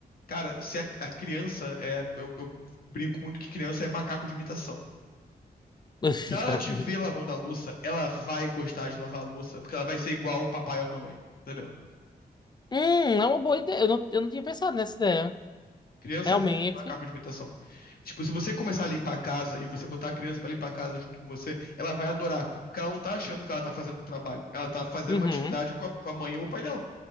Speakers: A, on the left (about 65°); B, on the left (about 25°).
A: cara, se a, a criança é. Eu, eu brinco muito que criança é macaco de imitação.
B: <laughs>
A: Se ela
B: Cara,
A: te vê lavando a louça, ela vai gostar de lavar a louça, porque ela vai ser igual o papai ou a mamãe. Entendeu?
B: Hum, é uma boa ideia. Eu não, eu não tinha pensado nessa ideia.
A: Criança
B: Realmente.
A: é muito macaco de imitação. Tipo, se você começar a limpar a casa e você botar a criança pra limpar a casa junto com você, ela vai adorar. Porque ela não tá achando que ela tá fazendo um trabalho. Ela tá fazendo
B: Uhum.
A: uma atividade com a, com a mãe ou o pai dela.